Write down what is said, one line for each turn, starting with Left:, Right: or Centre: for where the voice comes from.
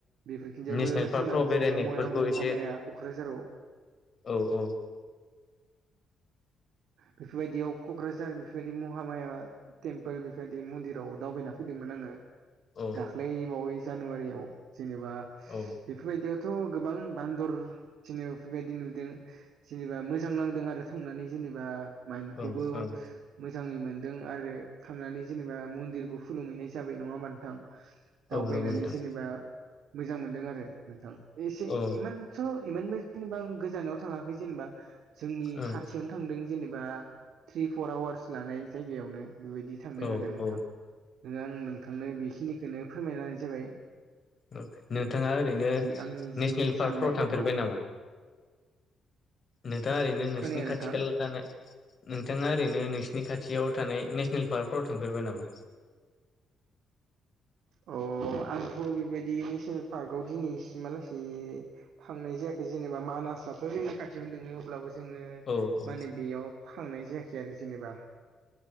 Right: बेफोरखिनजाबो
Left: नेसनेल पार्कफ्राव
Right: दा बेथिंजा
Left: बेरायनायफोरखौ
Right: मया-महामाया
Left: एसे
Right: क'क्राझाराव
Left: औ औ
Right: बेफोरबायदियाव क'क्राझार बेफोरबायदि महामाया टेम्पोल बेफोरबायदि मन्दिराव दावबायना फैदोंमोन आंङो
Left: औ
Right: दाख्लै बावै जानुवारियाव जेनेबा
Left: औ
Right: बेफोरबायदियाव थ' गोबां बान्दर जेनेबा बेफोरबायदि नुदों जेनेबा मोजां नांदों आरो थांनानै जेनेबा मायनदखौबो
Left: ओं ओं
Right: मोजाङै मोनदों आरो थांनानै जेनेबा मन्दिरबो खुलुमहैनाय हिसाबै नङा होमबा नोंथां दावबायनानै
Left: औ नंगौ नोंथां
Right: जेनेबा मोजां मोनदों आरो नोंथां एसे
Left: औ
Right: इमान थ' इमानबो जेनेबा गोजानाव थाङाखै जेनेबा जोंनि
Left: ओं
Right: खा यावनो थांदों जेनेबा थ्रि फर आवार्स लानाय जायगायावनो बेबायदि थांदों
Left: औ
Right: आरो नोंथां
Left: औ
Right: नोङो आं नोंथांनो बेखिनिखौनो फोरमायनाय जाबाय
Left: औ नोंथाङा ओरैनो
Right: आंनि
Left: नेसनेल
Right: जि
Left: पार्कफ्राव
Right: साननाय
Left: थांफेरबाय
Right: औ
Left: नोंथाङाओरैनो नोंसोरनि
Right: खोनाया
Left: खाथि
Right: नोंथां
Left: खाला थानाय नोंथाङा ओरैनो नोंसिनि खाथियाव थानाय नेस्नेल पार्कफ्राव थांफेरबाय नामा?
Right: अ आंथ' बेबायदि नेसनेल पार्कआव दिनैसिमालासे थांनाय जायाखै जेनेबा मानासआथ' जोंनि खाथियावनो दोङो अब्लाबो जोङो
Left: औ औ
Right: माने बेयाव फांनाय जायाखै आरो जेनेबा